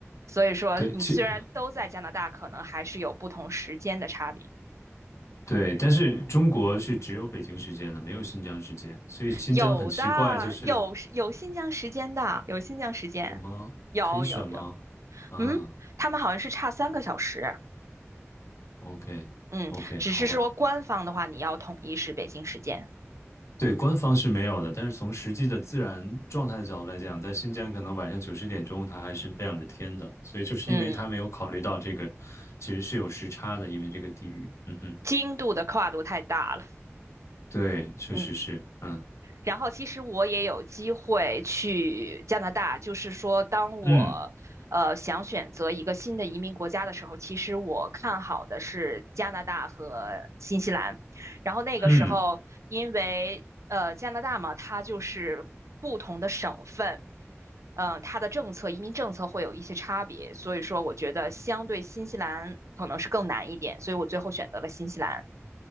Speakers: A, on the right; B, on the left.
A: 所以说你虽然都在加拿大，
B: 对，其
A: 可能还是有不同时间的差别。
B: 对，但是中国是只有北京时间的，没有新疆时间，所以新疆很奇怪，
A: 有的，
B: 就是
A: 有时有新疆时间的，有新疆时间，
B: 有吗？
A: 有有有，
B: 可以选吗？啊
A: 嗯，他们好像是差三个小时。
B: ，OK
A: 嗯，
B: OK，
A: 只是说官方的话，
B: 好吧。
A: 你要统一是北京时间。
B: 对，官方是没有的，但是从实际的自然状态的角度来讲，在新疆可能晚上九十点钟它还是亮着天的，所以就是因为它没有考虑到这个，
A: 嗯，
B: 其实是有时差的，因为这个地域，嗯哼，
A: 经度的跨度太大了。
B: 对，确实是，
A: 嗯，
B: 嗯
A: 然后其实我也有机会去加拿大，就是说，当我呃想选择一个新的移民国家的时候，
B: 嗯
A: 其实我看好的是加拿大和新西兰。然后那个时候，
B: 嗯
A: 因为呃加拿大嘛，它就是不同的省份。嗯、呃，它的政策、移民政策会有一些差别，所以说我觉得相对新西兰可能是更难一点，所以我最后选择了新西兰。